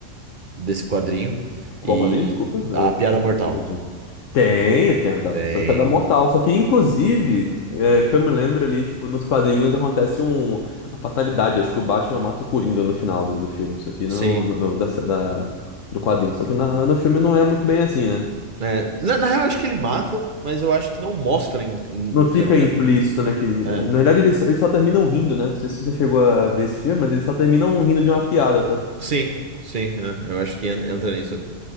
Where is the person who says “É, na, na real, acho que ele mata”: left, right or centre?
Right